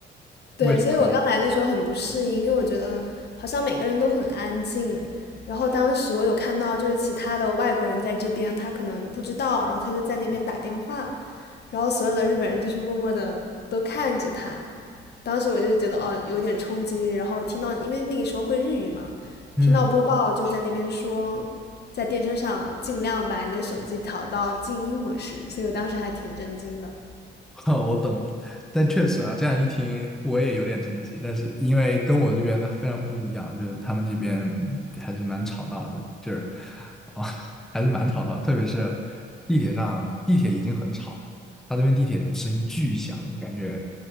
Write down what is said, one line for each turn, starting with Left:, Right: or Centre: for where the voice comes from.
Left: 对，
Centre: 为什么？
Left: 所以我刚来的时候很不适应，因为我觉得好像每个人都很安静。然后当时我有看到，就是其他的外国人在这边，他可能不知道，然后他就在那边打电话，然后所有的日本人就是默默的都看着他，当时我就觉得哦有点冲击，然后听到因为那个时候会日语嘛，
Centre: 嗯
Left: 听到播报就在那边说，在电车上尽量把你的手机调到静音模式，所以我当时还挺震惊的。
Centre: <laughs> 哦，我懂了，但确实啊，这样一听我也有点冲击，但是因为跟我这边的非常不一样，就是他们这边还是蛮吵闹的，就是啊、哦还是蛮吵闹，特别是地铁上，地铁已经很吵了，他这边地铁声音巨响，感觉